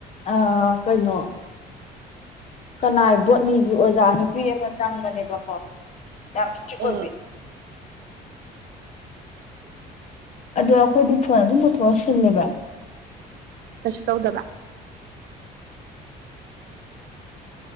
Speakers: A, on the left; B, on the right.
A: ꯑꯥ ꯀꯩꯅꯣ ꯀꯅꯥꯏ ꯕꯣꯠꯅꯤꯒꯤ ꯑꯣꯖꯥ ꯅꯨꯄꯤ ꯑꯃ ꯆꯪꯕꯅꯦꯕ ꯑꯣ ꯌꯥꯝ ꯁ꯭ꯇꯤꯛ
B: ꯑꯦ
A: ꯑꯣꯏꯕꯤ ꯑꯗꯣ ꯑꯩꯈꯣꯏꯗꯤ ꯐꯣꯟ ꯑꯗꯨꯝ ꯄꯨꯇꯣꯛꯑ ꯁꯤꯜꯂꯦꯕ
B: ꯀꯩꯁꯨ ꯇꯧꯗꯕ